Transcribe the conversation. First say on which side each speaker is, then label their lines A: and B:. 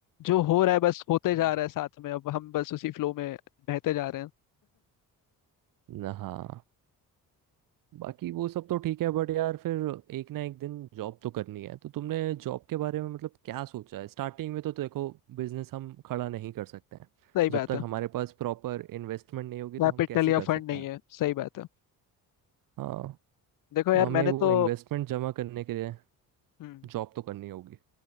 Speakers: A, on the left; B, on the right.
A: जो हो रहा है बस होते
B: हम्म।
A: जा रहा है साथ में अब हम बस उसी फ्लो में बहते जा रहे हैं
B: न- हाँ बाकी वो सब तो ठीक है बट यार फिर एक ना एक दिन जॉब तो करनी है तो तुमने जॉब के बारे में मतलब क्या सोचा है स्टार्टिंग में तो देखो बिजनेस हम खड़ा नहीं कर सकते हैं
A: सही बात
B: जब तक
A: है
B: हमारे पास प्रॉपर इन्वेस्टमेंट नहीं होगी तो
A: कैपिटल
B: हम कैसे
A: या
B: कर
A: फंड
B: सकते
A: नहीं
B: हैं
A: है सही बात है
B: हाँ
A: देखो
B: तो
A: यार
B: हमें
A: मैंने
B: वो
A: तो
B: इन्वेस्टमेंट जमा करने के लिए
A: हम्म
B: जॉब तो करनी होगी